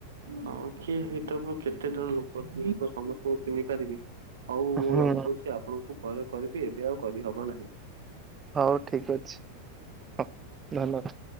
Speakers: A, on the right; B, on the right.
A: ହଁ କିଏ ହେଇଥବ କେତେ ଜଣ ଲୋକ ସମସ୍ତଙ୍କୁ ଚିହ୍ନି ପାରିବି। ହଉ ମୁଁ
B: ହୁଁ
A: ରଖୁଚି ଆପଣଙ୍କୁ ପରେ କରିବି ଏବେ ଆଉ କରିହବ ନାହିଁ।
B: ହଉ ଠିକ ଅଛି ହୋଉ ଧନ୍ୟବାଦ।